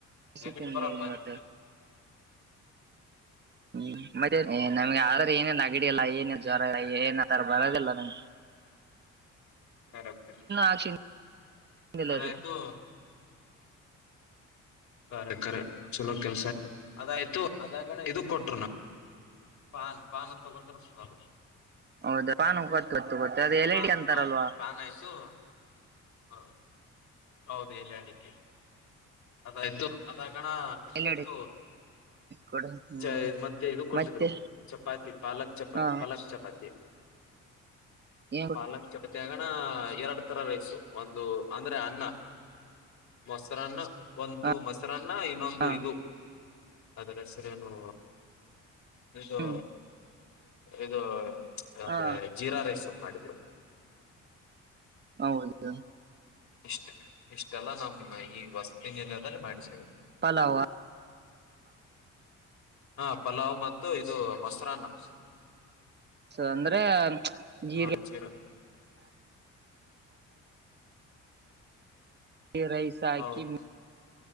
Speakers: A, on the right; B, on the left.
A: ತಿತ್ತ
B: ನೆಗಡಿ ಬರಲ್ವಾ ನಿಮ್ಗೆ
A: ಹ ಹ್ಮ್ ಮತ್ತೆ ನಮ್ಗೆ ಆದ್ರ ಏನೇನ್ ಅಗಡಿಿಯಲ್ಲಾ ಏನೇನ್ ಜ್ವರ ಏನ್ ಆತರ ಬರದಲ್ಲ ನಂ
B: ಹತರಿ
A: ಆಕ್ಷನ್ ಇಲ್ಲ
B: ಅದಾಯ್ತು
A: ರೀ
B: ಖರೆ ಕಖರೆ ಚಲೋ ಕೆಲ್ಸ ಅದಾಯ್ತು ಅದಾಗಣ ಇದ ಕೊಟ್ರು ನಾವು ಪಾನ್ ಪಾನ್ ಅಂತ ತಗೋತರ ಸ
A: ಹೌದಾ ಪಾನು ಗೊತ್ತು ಗೊತ್ತು ಗೊತ್ತು ಅದ L
B: PAN
A: I D ಅಂತಾರಲ್ವಾ
B: PAN ಪಾನ್ ಆಯ್ತು ಹ ಹೌದು ಎಲ್ಲಯ ಅಡಿಕೆ ಅದಾಯ್ತು ಅದಕಣ
A: ಎಲ್ ಇಡಿ
B: ಇದು
A: ಕೊಡು ಹ್ಮ್
B: ಚ ಮತ್ತೆ ಇದಕ್ಕೋರ್ದ್ರು
A: ಮತ್ತೆ
B: ಚಪಾತಿ ಪಾಲಕ್ ಚಪಾತಿ
A: ಹಾ
B: ಪಾಲಕ್ ಚಪಾತಿ
A: ಏನ್
B: ಪಾಲಕ್ ಚಪತಿಿಯಗಣ ಎರಡ್ ತರ ರೈಸು ಒಂದು ಅಂದ್ರೆ ಅನ್ನ ಮೊಸರನ್ನ ಒಂತ
A: ಹಾ
B: ಮೊಸರನ್ನ ಇನ್ನೊಂದು
A: ಹಾ
B: ಇದು ಆದ್ರೆ ಸರಿನು ಇದು
A: ಹ್ಮ್
B: ಇದು ಅಂದ್ರೆ
A: ಹಾ
B: ಜೀರಾ ರೈಸ್ ಮಾಡಿದ್ರು
A: ಹೌದುದ
B: ಇಷ್ಟ ಇಷ್ಟೆಲ್ಲ ನಮ್ಮ ಈ ವಸ್ತಿಿನಿಲದಲ್ಲಿ ಮಾಡಿದ್ದೇ
A: ಪಲಾವ
B: ಹಾ ಪಲಾವ್ ಮತ್ತು ಇದು ಮೊಸರನ್ನ
A: ಸೊ ಅಂದ್ರೆ ಜೀ
B: ಹಾ ಜೀರಾ
A: ರೈಸಾಯಕಿ
B: ಹೌದು